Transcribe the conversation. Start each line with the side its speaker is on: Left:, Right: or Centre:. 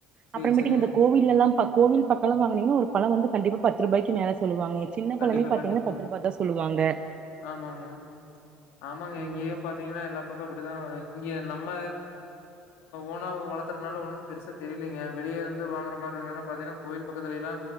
Left: சரி,
Right: அப்றோ மேட்டீக்கு
Left: சரிங்க.
Right: இந்த கோவில் எல்லா கோவில் பக்கோ வாங்கனீன்னா ஒரு பழம் வந்து கண்டிப்பா பத்து ரூபாய்க்கு மேல சொல்லுவாங்க சின்ன
Left: கண்டிப்பா
Right: பழமே பாத்தீங்கன்னா
Left: கண்டிப்பாங்
Right: பத்து ரூபா தா சொல்லுவாங்க
Left: ஆமாங்க ஆமாங்க
Right: ம்
Left: இங்கயு பா த்தீங்கன்னா எல்லா பக்க அப்பிடிதா இங்க நம்ம ஓனா வளத்துறதுனால ஒன்னு பெருசா தெரிலீங்க வெளியே இருந்து வாங்குற மாரி இருதுன்னா பாத்தீங்கன்னா கோயில் பக்கத்துல எல்லா